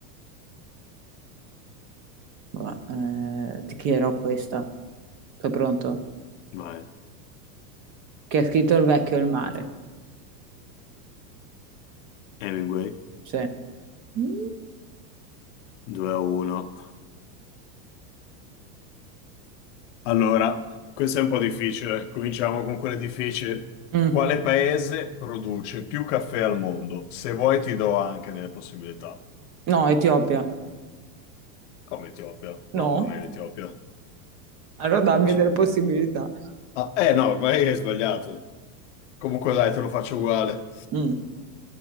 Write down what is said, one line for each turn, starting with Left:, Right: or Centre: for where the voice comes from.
Right: va, eh, ti chiederò questa. Sei pronto?
Left: Vai.
Right: Chi ha scritto Il vecchio e il mare?
Left: Hemingway,
Right: Sì. Mm.
Left: 2 a 1. Allora, questo è un po' difficile. Cominciamo con quelle difficili.
Right: Mm.
Left: Quale paese produce più caffè al mondo? Se vuoi ti do anche delle possibilità.
Right: No, Etiopia.
Left: Come Etiopia? No,
Right: No?
Left: non è l'Etiopia.
Right: Allora dammi
Left: Assu-
Right: delle possibilità.
Left: Ah, eh no, ormai hai sbagliato. Comunque dai, te lo faccio uguale.
Right: Mm.